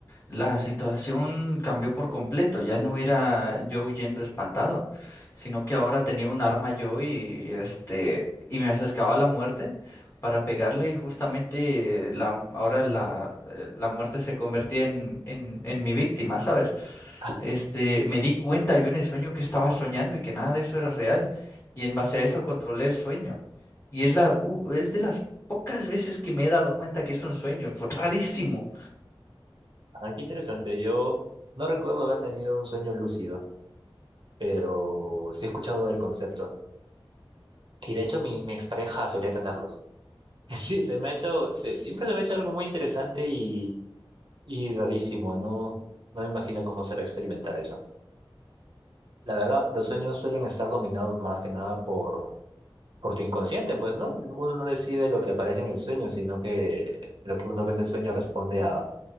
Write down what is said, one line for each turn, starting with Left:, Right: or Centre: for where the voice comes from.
Left: la situación cambió por completo. Ya no era yo huyendo espantado, sino que ahora tenía un arma yo y este y me acercaba a la muerte para pegarle y justamente la, ahora la, eh, la muerte se convertía en, en, en mi víctima, ¿sabes?
Right: <laughs>
Left: Este, me di cuenta yo en el sueño que estaba soñando y que nada de eso era real. Y en base a eso controlé el sueño. Y es la, uh, es de las pocas veces que me he dado cuenta que es un sueño. Fue rarísimo.
Right: Ah, qué interesante. Yo no recuerdo haber tenido un sueño lúcido, pero sí he escuchado del concepto. Y de hecho, mi, mi expareja solía tenerlos. <laughs> Sí, se me ha hecho, se- siempre se me ha hecho algo muy interesante y, y rarísimo. No, no me imagino cómo será experimentar eso. La verdad, los sueños suelen estar dominados más que nada por por tu inconsciente, pues, ¿no? Uno no decide lo que aparece en el sueño, sino que lo que uno ve en el sueño responde a,